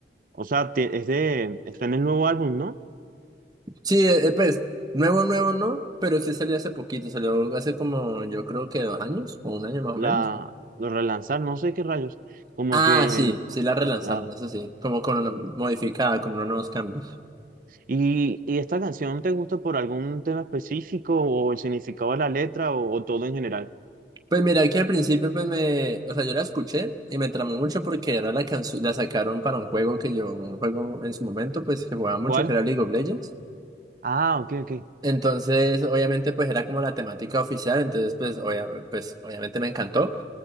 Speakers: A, on the right; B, on the right.
A: o sea, ti- es de, está en el nuevo álbum, ¿no?
B: Sí, eh, eh, pues nuevo, nuevo no, pero sí salió hace poquito. Salió hace como yo creo que dos años o un año más o menos.
A: La, lo relanzar no sé qué rayos, como
B: Ah,
A: que,
B: sí, sí la relanzaron,
A: ah.
B: eso sí, como con una modificada, como unos cambios.
A: ¿Y, y esta canción te gusta por algún tema específico o el significado de la letra o, o todo en general?
B: Pues mira, que al principio pues me, o sea, yo la escuché y me tramó mucho porque era la canción, la sacaron para un juego que yo juego en su momento, pues que jugaba mucho,
A: ¿Cuál?
B: que era League of Legends.
A: Ah, ok, ok.
B: Entonces, obviamente, pues era como la temática oficial, entonces pues, obvia- pues obviamente me encantó.